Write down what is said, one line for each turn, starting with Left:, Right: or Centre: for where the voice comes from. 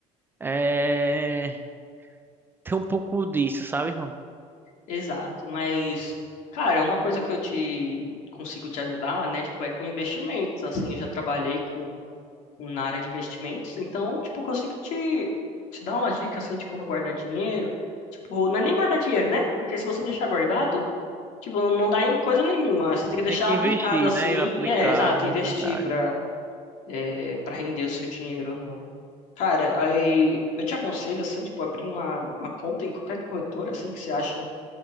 Right: é. <laughs> Tem um pouco disso, sabe, irmão?
Left: Exato, mas cara, é uma coisa que eu te consigo te ajudar, né? Tipo, é com investimentos, assim, eu já trabalhei com na área de investimentos, então, tipo, eu consigo te, te dar uma dica, assim, de como guardar dinheiro. Tipo, não é nem guardar dinheiro, né? Porque se você deixar guardado, tipo, não dá em coisa nenhuma. Você tem que deixar
Right: Tem que investir,
Left: aplicado, assim.
Right: né? E aplicar,
Left: É, exato,
Right: né?
Left: investir
Right: É verdade,
Left: pra,
Right: mano.
Left: é, pra render o seu dinheiro, né? Cara, aí eu te aconselho, assim, tipo, abrir uma, uma conta em qualquer corretora, assim, que você acha